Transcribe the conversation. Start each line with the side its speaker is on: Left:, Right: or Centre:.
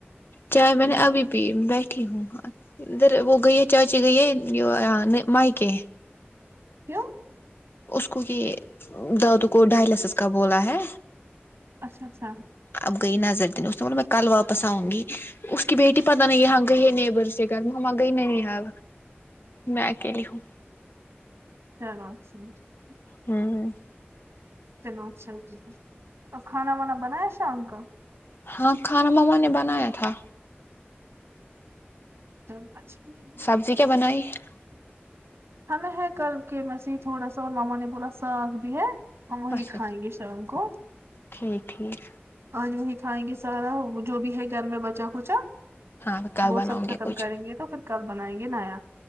Left: چائے میں نے ابھی بھی بیٹھی ہوں ادھر وہ گئی ہے چاچی گئی ہے مائکے
Right: کیوں
Left: اس کو کہ دادو کو ڈائلسس کا بولا ہے
Right: اچھا اچھا
Left: اب گئی نظر دنے اس کو بولا میں کل واپس آوں گی اس کی بیٹی پتہ نہیں یہاں گئی ہے نیبر کے گھر میں ہماں گئی نہیںاں میں اکیلی ہوں
Right: <unintelligible>
Left: ہوں ہوں
Right: اور کھانا وانا بنایا شام کا
Left: ہاں کھانا مما نے بنایا تھا
Right: <unintelligible>
Left: سبزی کیا بنائی ہے
Right: ہمیں ہے کل کے و سے ہی تھوڑا سا اور ماما نے پورا ساگ دی ہے ہم وہی
Left: اچھا
Right: کھائیں گے شام کو
Left: ٹھیک ٹھیک
Right: اج وہی کھائیں گے سارا جو بھی ہے گھر میں بچا کچا
Left: ہاں کل
Right: وہ
Left: بناؤں
Right: سب
Left: گے
Right: ختم
Left: کچھ
Right: کریں گے تو پھر کل بنائیں گے نایا